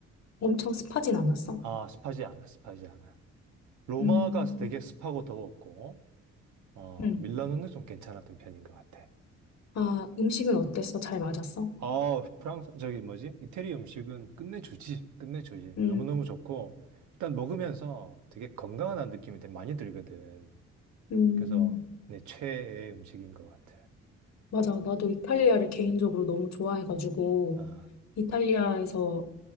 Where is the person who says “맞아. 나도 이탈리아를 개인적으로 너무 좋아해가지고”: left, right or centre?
Left